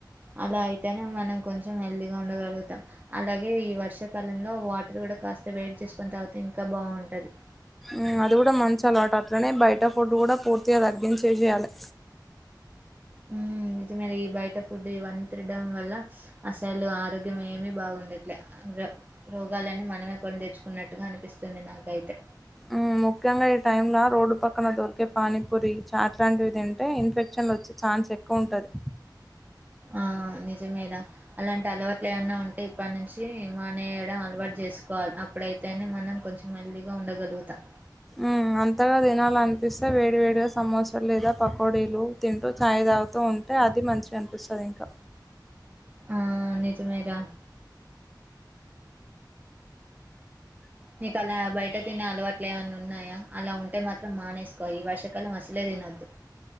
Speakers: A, on the right; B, in the centre.
A: అలా అయితేనే మనం కొంచెం హెల్దీ గా ఉండగలుగుతాం అలాగే ఈ వర్షాకాలంలో వాటర్ గూడా కాస్త వేడి చేసుకొని తాగితే ఇంకా బావుంటది
B: ఊ అది కూడా మంచి అలవాట అట్లనే బయట ఫుడ్డు గూడా పూర్తిగా తగ్గించే చెయ్యాలి
A: ఊ నిజమేరీ ఈ బయట ఫుడ్ ఇవం తిరడం వల్ల అసలు ఆరోగ్యం ఏమీ బాగుండట్లే రోగాలని మనమే కొని తెచ్చుకున్నట్టుగా అనిపిస్తుంది నాకైతే
B: ఉమ్ ముఖ్యంగా ఈ టైంలా రో డ్డు పక్కన దొరికే పానీపూరి చాట్లాంటివి తింటే ఇన్ఫెక్షన్ వచ్చే ఛాన్స్ ఎక్కువ ఉంటది
A: ఆ నిజమేరా అలాంటి అలవాట్లు ఏమన్నా ఉంటే ఇప్పటి నుంచి మానేయడం అలవాటు జేసుకోవాలి అప్పుడైతేనే మనం మనం కొంచెం హెల్దీగా ఉండగలుగుతాం
B: ఉమ్ అంతగా తినాల అనిపిస్తే వేడి వేడిగా సమోసలు లేదా పకోడీలు తింటూ చాయ్ తాగుతూ ఉంటా అది మంచిగా అనిపిస్తది ఇంకా
A: ఆ నిజమేరా నీకు అలా బయట తినే అలవాట్లు ఏవన్నా ఉన్నాయా అలా ఉంటే మాత్రం మానేసుకో అక్క ఈ వర్షకాలం అసలే తినొద్దు